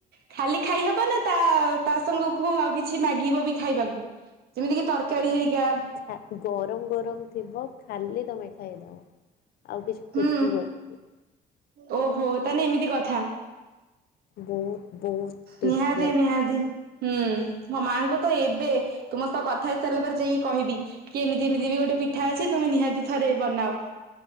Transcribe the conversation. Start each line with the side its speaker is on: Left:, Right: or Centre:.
Right: ଖାଲି ଖାଇହବ ନା ତା ତା ସାଙ୍ଗକୁ ଆଉ କିଛି ମାଗିବ ବି ଖାଇବାକୁ? ଯେମିତି କିି ତରକାରୀ ହେରିକା?
Left: ତାକୁ ଗରମ ଗରମ ଥିବ, ଖାଲି ତମେ ଖାଇଦବ। ଆଉ କିଛି ଖୋଜିବନିି
Right: ହୁଁ
Left: ବି।
Right: ଓହୋ ତାହଲେ ଏମିତି କଥା।
Left: ବହୁତ। ବହୁତ ଟେଷ୍ଟି
Right: ନିହାତିି
Left: ଲାଗେ
Right: ନିହାତିି। ହୁଁ, ମୋ ମାଆଙ୍କୁ ତ ଏବେ, ତୁମ ସହ କଥା ହେଇସାରିଲା ପରେ ଯାଇକି କହିବି। କି ଏମିତି ଏମିତି ବି ଗୋଟେ ପିଠା ଅଛି, ତୁମେ ନିହାତି ଥରେ ବନାଅ।